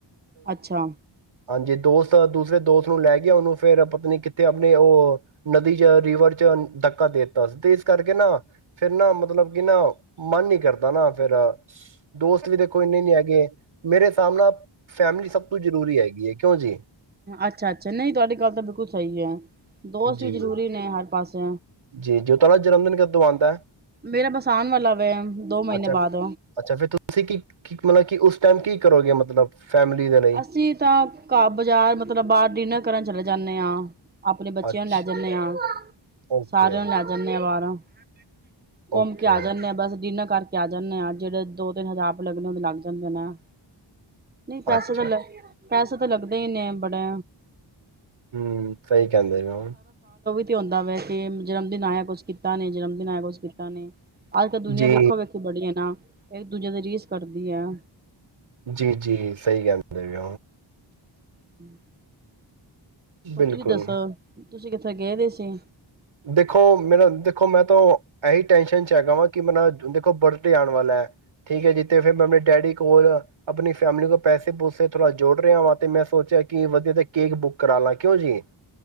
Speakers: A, on the right; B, on the right.
A: ਅੱਛਾ
B: ਹਾਂਜੀ ਦੋਸਤ ਦੂਸਰੇ ਦੋਸਤ ਨੂੰ ਲੈ ਕੇ ਉਹਨੂੰ ਫੇਿਰ ਪਤਨੀ ਕਿੱਥੇ ਆਪਣੇ ਉਹ ਨਦੀ ਚ ਰੀਵਰ ਚ ਧੱਕਾ ਦੇ ਦਿੱਤਾ ਸੀ ਤੇ ਇਸ ਕਰਕੇ ਨਾ ਫੇਿਰ ਨਾ ਮਤਲਬ ਕਿ ਨਾ ਮਨ ਨ ਕਰਦਾ ਨਾ ਫਿਰ ਦੋਸਤ ਵੀ ਦੇਖੋ ਇੰਨੇ ਨੀ ਹੈਗੇ ਮੇਰੇ ਹਿਸਾਬ ਨਾਲ ਫੈਮਿਲੀ ਸਭ ਤੋਂ ਜ਼ਰੂਰੀ ਹੈਗੀ ਹੈ ਕਿਉਂ ਜੀ
A: ਅੱਛਾ ਅੱਛਾ ਨਹੀਂ ਤੁਹਾਡੀ ਗੱਲ ਤਾਂ ਬਿਲਕੁਲ ਸਹੀ ਹੈ ਦੋਸਤ
B: ਜੀ
A: ਵੀ ਜ਼ਰੂਰੀ ਨੇ ਹਰ ਪਾਸੇ
B: ਜੀ ਜੋ ਤੁਹਾਡਾ ਜਨਮਦਨ ਕਿਦੋਂ ਆਉਂਦਾ ਹੈ
A: ਮੇਰਾ ਬਸ ਆਣ ਵਾਲਾ ਵੇ ਦੋ ਮਹੀਨੇ
B: ਅੱਛਾ
A: ਬਾਅਦ
B: ਅੱਛਾ ਫੇਿਰ ਤੁਸੀਂ ਕੀ ਕੀ ਮਤਲਬ ਕਿ ਉਸ ਟਾਈਮ ਕੀ ਕਰੋਗੇ ਮਤਲਬ ਫੈਮਿਲੀ ਦੇ ਲਈ
A: ਅਸੀਂ ਤਾਂ ਘ ਬਾਜ਼ਾਰ ਮਤਲਬ ਬਾਹਰ ਡਿਨਰ ਕਰਨ ਚਲੇ ਜਾਂਦੇ ਹਾਂ ਆਪਣੇ ਬੱਚਿਆਂ
B: ਅੱਛ
A: ਨੂੰ ਲੈ ਜਾਂਦੇ ਹਾਂ
B: ਓਕੇ
A: ਸਾਰਿਆਂ ਨੂੰ ਲੈ ਜਾਂਦੇ ਹਾਂ ਬਾਹਰੋਂ ਹਾਂ ਦੇਖ ਘੁੰਮ
B: ਓਕੇ
A: ਕੇ ਆ ਜਾਂਦੇ ਆਾਂ ਬਸ ਜਿਨਾ ਕਰਕੇ ਆ ਜਾਂਦੇ ਆਾਂ ਜਿਹੜੇ ਦੋ ਤਿੰਨ ਹਜ਼ਾਰ ਆਪ ਲੱਗਣੇ ਉਹਦੇ ਲੱਗ ਜਾਂਦੇ ਨਾ ਪੈਸ
B: ਅੱਛਾ
A: ਗੱਲ ਪੈਸੇ ਤਾਂ ਲੱਗਦੇ ਹੀ ਇਨੇ ਬੜੇ
B: ਹਮ ਸਹੀ ਕਹਿੰਦੇ ਮ
A: ਆਉਂਦਾ ਵਾ ਕਿ ਜਨਮ ਦਿਨ ਆਇਆ ਕੁਛ ਕੀਤਾ ਨੇ ਜਨਮ ਦਿਨ ਆਇਆ ਕੁਛ ਕੀਤਾ ਨੇ ਅੱਜ ਕੱਲ ਦੁਨੀਆਂ
B: ਜੀ
A: ਵੇਖੋ ਵੇਖੋ ਬੜੀੀਆਂ ਨਾ ਇੱਕ ਦੂਜੇ ਦੇ ਰੀਸ ਕਰਦੀ ਆ
B: ਜੀ ਜੀ ਸਹੀ ਗਿਆਦਰ ਵੀ
A: ਹਮ
B: ਬਿਲਕੁਲ
A: ਉਹ ਤੁਸੀਂ ਦੱਸੋ ਤੁਸੀਂ ਕਿੱਥੇ ਗਏਦੇ ਸੀ
B: ਦੇਖੋ ਮੇਰਾ ਦੇਖੋ ਮੈਂ ਤੋਂ ਇਹੀ ਟੈਸ਼ਨ ਚ ਹੈਗਾ ਵਾ ਕਿ ਮੇ ਦੇਖੋ ਬਰਥਡੇ ਆਉਣ ਵਾਲਾ ਹੈ ਠੀਕ ਹੈ ਜੀ ਤੇ ਫਿਰ ਮੈਂ ਆਪਣੇ ਡੈਡੀ ਕੋਲ ਆਪਣੀ ਫੈਮਲੀ ਕੋਲ ਪੈਸੇ ਪੂਸੇ ਥੋੜਾ ਜੋੜ ਰਿਹਾ ਵਾ ਤੇ ਮੈਂ ਸੋਚਿਆ ਕਿ ਵਧੀਆ ਤੇ ਕੇਕ ਬੁੱਕ ਕਰਾ ਲਾ ਕਿਉਂ ਜੀ